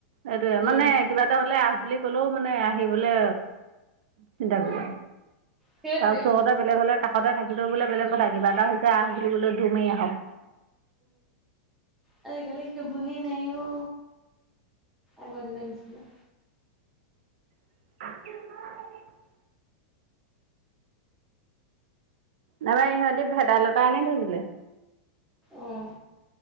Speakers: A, on the right (about 60°); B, in the centre.
A: এই টোৱে
B: উম
A: মানে কিবা এটা হলে আহ বুলি কলেও মানে আহিবলৈ চিন্তা কৰিব।
B: সেইটোৱে
A: তাৰ ওচৰতে বেলেগ হলে কাষ সদায় থাকিলেও বোলে বেলেগ কথা কিবা এটা হৈছে আহ বুলিবলৈ দমাৰি আহক
B: আজি গালিকে বুহি নাই অ আগৰদিন নিচিনা
A: <unintelligible> নবাৰ ইহঁতি ভেদাইলতা এনে ধুছিলে?
B: অহ